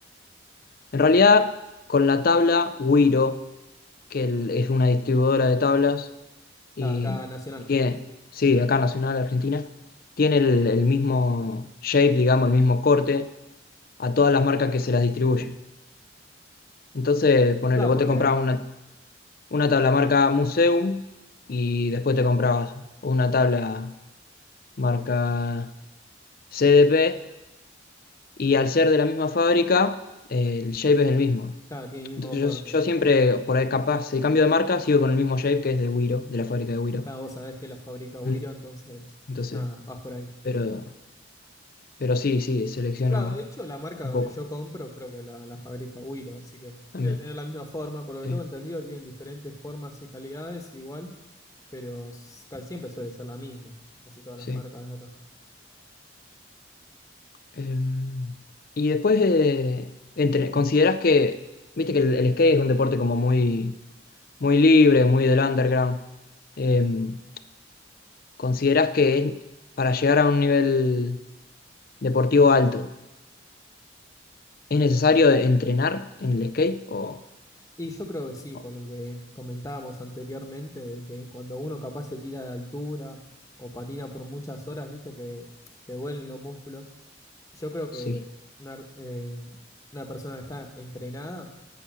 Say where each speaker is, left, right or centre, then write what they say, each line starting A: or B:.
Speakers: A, on the left (about 50°); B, on the left (about 20°).
A: en realidad con la tabla Wiro, que el- es una distribuidora de tablas y,
B: Cada, cada nacional.
A: y tiene, sí, acá Nacional Argentina, tiene el el mismo shape, digamos, el mismo corte a todas las marcas que se las distribuye. Entonces, ponele,
B: Claro,
A: vos
B: porque,
A: te comprabas una, una tabla marca Museum y después te comprabas una tabla marca CDP y al ser de la misma fábrica, eh, el shape es el mismo.
B: claro, tiene el mismo
A: Entonces
B: corte.
A: yo, yo siempre, por ahí capaz, si cambio de marca, sigo con el mismo shape que es de Wiro, de la fábrica de Wiro.
B: Claro, vos sabés que la fabrica Wiro,
A: Mm.
B: entonces,
A: Entonces,
B: nada, vas por ahí.
A: pero, pero sí, sí, selecciono
B: Claro, de hecho, la marca
A: un
B: donde
A: poco
B: yo compro creo que la, la fabrica Wiro, así que
A: también.
B: debe tener la misma forma. Por lo que
A: Sí,
B: tengo entendido, tienen diferentes formas y calidades igual, pero s- casi siempre suele ser la misma, en casi todas
A: sí.
B: las marcas de acá.
A: Em, y después, eh, entre- ¿consideras que, viste que el, el skate es un deporte como muy, muy libre, muy del underground? Em, ¿consideras que es- para llegar a un nivel deportivo alto, es necesario entrenar en el skate? ¿O,
B: Y yo creo que sí,
A: o-
B: por lo que comentábamos anteriormente, de que cuando uno capaz se tira de altura o patina por muchas horas, viste que te duelen los músculos. Yo creo
A: sí?
B: que una, eh, una persona que está entrenada,